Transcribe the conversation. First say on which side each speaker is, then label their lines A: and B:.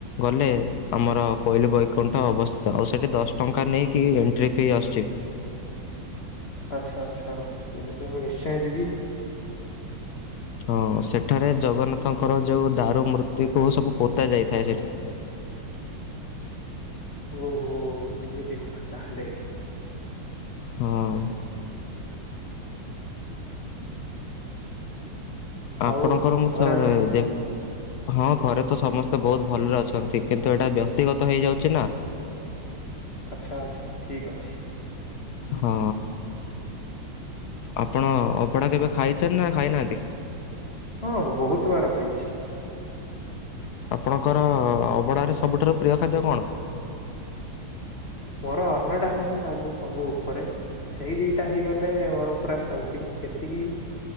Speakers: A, on the left; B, on the left.
A: ଗଲେ, ଆମର କୋଇଲି ବୈକୁଣ୍ଠ ଅବସ୍ଥିତ। ଆଉ ସେଠି ଦଶ ଟଙ୍କା ନେଇକି ଏଣ୍ଟଟ୍ରୀ ଫି ଆସୁଚି।
B: ଆଚ୍ଛା ଆଛା, ତେବେ ତ ମୁଁ ନିଶ୍ଚୟ ଯିବି।
A: ହଁ ସେଠାରେ ଜଗନ୍ନାଥଙ୍କର ଯେଉଁ ଦାରୁ ମୂର୍ତ୍ତିକୁ ସବୁ ପୋତା ଯାଇଥାଏ ସେଠି।
B: ଓହୋ ଏମିତି କଥା ତାହେଲେ।
A: ହଁ।
B: <inaudible>
A: ଆପଣଙ୍କର
B: ଆଉ
A: ମୁଁ
B: ଘରେ
A: ଥରେ
B: ସମସ୍ତ
A: ଦେ ହଁ ଘରେ ତ ସମସ୍ତେ ବୋହୁତ୍ ଭଲରେ ଅଛନ୍ତି। କିନ୍ତୁ ଏଇଟା ବ୍ୟକ୍ତିଗତ ହେଇଯାଉଚି ନା।
B: ଆଚ୍ଛା ଆଚ୍ଛା ଠିକ୍ ଅଛି।
A: ହଁ। ଆପଣ ଅବଡ଼ା କେବେ ଖାଇଚନ୍ତି ନା ଖାଇନାହାନ୍ତି?
B: ହଁ ବୋହୁତ୍ ବାର୍ ଖାଇଛି।
A: ଆପଣଙ୍କର ଅବଡ଼ାରେ ସବୁଠାରୁ ପ୍ରିୟ ଖାଦ୍ୟ କଣ?
B: ମୋର ଅର୍ଣ୍ଣଡାଲି ହିଁ ସବୁ ସବୁ ଉପରେ। ସେଇ ଦିଇଟା ହେଇଗଲେ ମୋର ପୁରା ଶାନ୍ତି। ଏତିକି